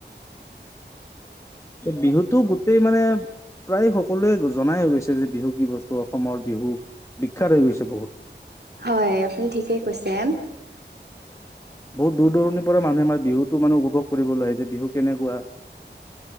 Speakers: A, on the left (about 15°); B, on the right (about 60°).
A: বিহুতো গোটেই মানে প্ৰায় সকলোৱে গুজ জনাই হৈ গৈছে যে বিহু কি বস্তু অসমৰ বিহু বিখ্যাত হৈ গৈছে বহুত।
B: হয় আপুনি ঠিকেই কৈছে
A: বহুত দূৰ দূৰণিৰ পৰা মানুহে আমাৰ বিহুতো মানে উপভোগ কৰিবলৈ আহে যে বিহু কেনেকুৱা